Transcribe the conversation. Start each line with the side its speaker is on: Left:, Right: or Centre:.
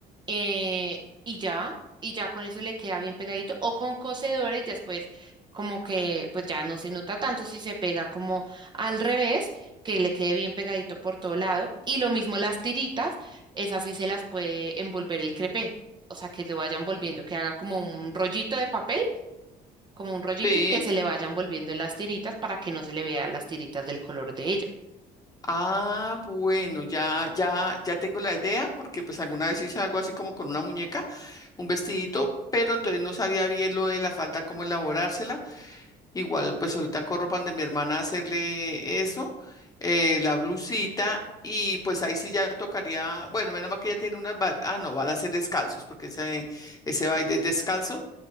Right: eh, y ya, y ya con eso le queda bien pegadito o con cocedora y después como que pues ya no se nota tanto si se pega como al revés, que le quede bien pegadito por todo lado. Y lo mismo las tiritas, esas sí se las puede envolver el crepé. O sea, que lo vayan volviendo, que haga como un rollito de papel, como un rollito
Left: sí.
Right: y que se le vayan volviendo en las tiritas para que no se le vean las tiritas del color de ella.
Left: Ah, bueno, ya, ya, ya tengo la idea, porque pues alguna vez hice algo así como con una muñeca, un vestidito, pero entonces no sabía bien lo de la falda, cómo elaborársela. Igual, pues ahorita corro pan de mi hermana a hacerle eso, eh, la blusita, y pues ahí sí ya tocaría, bueno, menos mal que ella tiene unas, bal- ah, no, van a ser descalzos, porque ese, ese baile es descalzo.